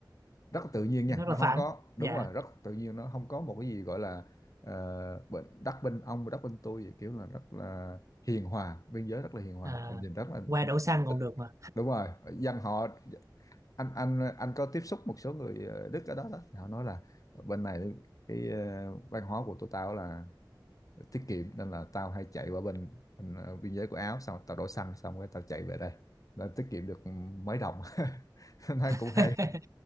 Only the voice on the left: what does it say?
rất là tự nhiên
nha nó
không
có đúng
rồi rất tự nhiên nó không có một cái gì gọi là ờ, bên đất bên ông đất bên tôi vậy, kiểu là rất là hiền hòa biên giới rất là hiền hòa
mình nhìn rất là
rất
là
thích
đúng rồi dân họ anh anh anh có tiếp xúc một số người ờ, Đức ở đó đó thì họ nói là bên này cái ờ, văn hóa của tụi tao là tiết kiệm nên là tao hay chạy qua bên, bên ờ, biên giới của Áo xong tao đổ xăng xong rồi tao chạy về đây là tiết kiệm được mấy đồng <laughs> nó cũng
hay